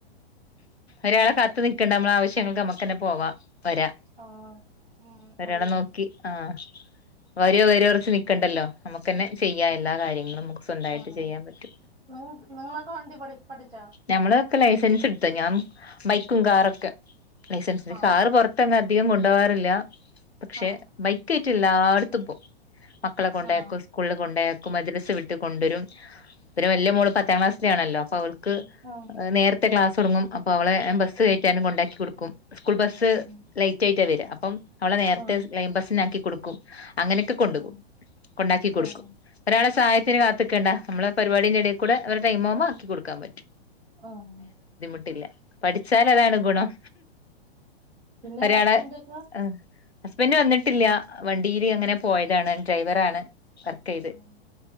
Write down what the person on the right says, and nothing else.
ആഹ് ഉം
അത് ചെയ്യണം
ആഹ്
നിങ്ങ നിങ്ങളൊക്കെ വണ്ടി പഠി പഠിച്ചാ
ആഹ്
ആഹ്
ആഹ്
ആഹ്
ഉം
ആഹ്
ആഹ്
ആഹ്
ഒഹ്
പിന്നെ
ഹസ്ബന്റൊക്കെ
ആഹ്